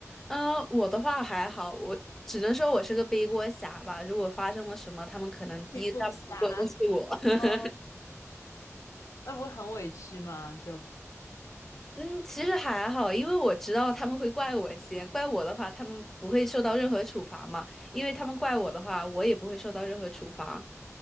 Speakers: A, in the centre; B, on the left.
A: 嗯，我的话还好，我只能说我是个背锅侠吧。如果发生了什么，他们可能第一个说的是我。
B: <laughs> 屁股侠，
A: <laughs>
B: 哦，那不会很委屈吗？就
A: 嗯，其实还好，因为我知道他们会怪我先，怪我的话，他们不会受到任何处罚嘛，因为他们怪我的话，我也不会受到任何处罚。